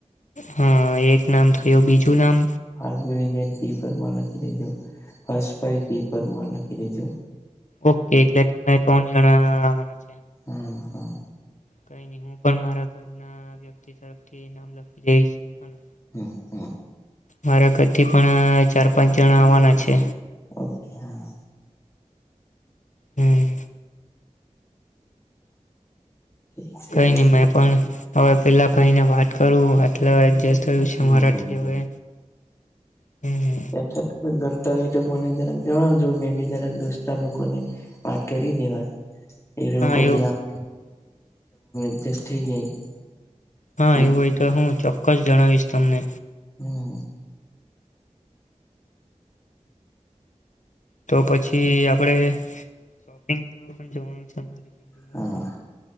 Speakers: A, on the left; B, on the left.
A: હા એક નામ થયું બીજું નામ.
B: ફાલ્ગુનીબેન પી પરમાર લખી દેજો હર્ષભાઈ પી પરમાર લખી દેજો.
A: ઓકે એટલે તમને ત્રણ જણા <inaudible>
B: હમ્મ હમ્મ.
A: કઈ નઈ હું પણ મારા ઘરના વ્યક્તિ તરફથી નામ લખી જઈશ હને!
B: હમ્મ હમ્મ.
A: મારા ઘરથી પણ ચાર પાંચ જણા આવવાના છે.
B: ઓકે હા.
A: હમ્મ.
B: ઠીક છે
A: કઈ
B: તો
A: નહી મેં પણ. હવે પેલા ભાઈને વાત કરું એતલે એડજસ્ટ થયું છે
B: હમ
A: મરાઠીઓએ.
B: હમ
A: હમ્મ હમ્મ.
B: તેમ છતાં ઘટતા હોય તો મને જરાક જણાવજો મેં બી જરાક દોસ્તાર લોકોને વાત કરી દેવા. એ લોકો
A: હા એવું
B: બી આપ <inaudible> થઈ જાય
A: હા
B: સીટ
A: એવું હોય તો હું ચોક્કસ જણાવીશ તમને.
B: હમ
A: તો પછી આપડે શોપિંગ કરવા પણ જવાનું છે. બીલીમોરા
B: હા